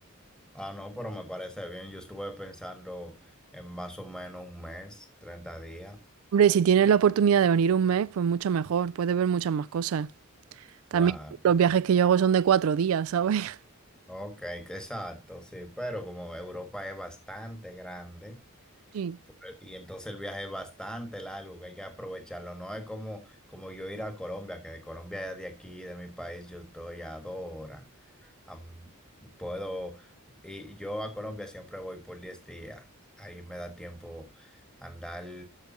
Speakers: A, in the centre; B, on the right.
A: Ah, no, pero me parece bien. Yo estuve pensando en más o menos un mes, 30 días.
B: Hombre, si tienes la oportunidad de venir un mes, pues mucho mejor, puedes ver muchas más cosas.
A: Claro.
B: También los viajes que yo hago son de cuatro días, ¿sabes? <laughs>
A: Ok, que- exacto, sí. Pero como Europa es bastante grande
B: Sí.
A: por- y entonces el viaje es bastante largo, que hay que aprovecharlo. No es como, como yo ir a Colombia, que de Colombia de aquí, de mi país, yo estoy a dos horas. Am, puedo, y yo a Colombia siempre voy por 10 días. Ahí me da tiempo andar